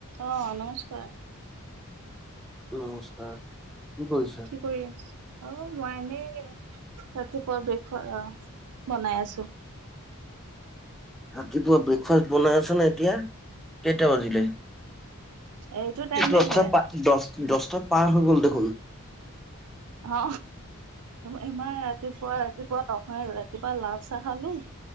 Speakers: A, on the right (about 75°); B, in the centre.
A: অ নমস্কাৰ।
B: নমস্কাৰ। কি কৰিছা?
A: কি কৰি আছ? মই এনেই ৰাতিপুৱা ব্ৰেক বনাই আছো।
B: ৰাতিপুৱা ব্ৰেকফাষ্ট বনাই আছ ন এতিয়া কেইটা বাজিলে?
A: এইটো টাইমে
B: দ
A: হয়
B: দচটা পাৰ হৈ গল দেখোন।
A: অ, ইমাৰ ৰাতিপুৱা - ৰাতিপুৱা নহাই আৰু ৰাতিপুৱা লাল চাহ খালো।